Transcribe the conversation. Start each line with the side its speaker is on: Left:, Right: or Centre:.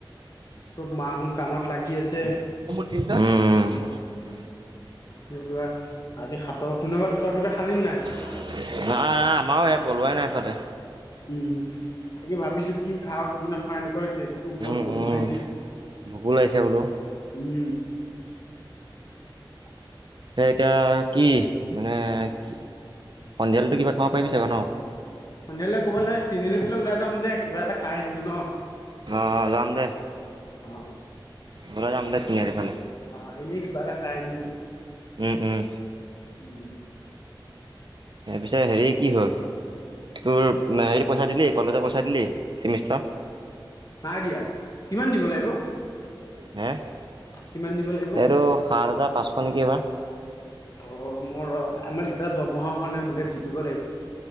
Left: চব মাহোন কামত লাগি আছে
Right: তিনটা উম উম মোৰ দুটা
Left: তুমি যোৱাআজি সাতৰ তোনো ঘৰত কিবা খালি নে নাই।
Right: নাই নাই আমাৰও সেই পলোৱাই নাই এফালে।
Left: উম তাকে ভাবিছো কি খাওঁ কি নাখাওঁ এনেকুৱা লাগিছে। একোতো ঘৰত
Right: উম,
Left: বনোৱাই
Right: উম,
Left: নাই
Right: ভোকো লাগিছে বোলো।
Left: উম <unintelligible>
Right: তই এতিয়া কি মানে কি সন্ধিয়ালেটো কিবা খাব পাৰিবি চাগৈ ন
Left: সন্ধিয়ালে ক'বালে তিনিআলিফালে ওলাই যাম দে কিবা এটা খাই আহিমগৈ ন।
Right: অ অ যাম দে।
Left: অ
Right: ওলাই যাম দে তিনিআলি ফালে।
Left: অ' এনেই কিবা এটা খাই আহিম গৈ।
Right: উম উম
Left: উম
Right: সেয়া পিছে হেৰি কি হ'ল তোৰ হেৰি পইচা দিলি কলেজৰ পইচা দিলি চেমিষ্টাৰৰ।
Left: নাই দিয়া কিমান দিব লাগিব
Right: হে
Left: কিমান দিব লাগিব
Right: এইটো সাত হাজাৰ পাঁচশ নেকি এইবাৰ।
Left: অ' মোৰ ৰ আমাৰ দেউতাৰ দৰমহাৰ হোৱা নাই হ'লে দি দিব লাগিব।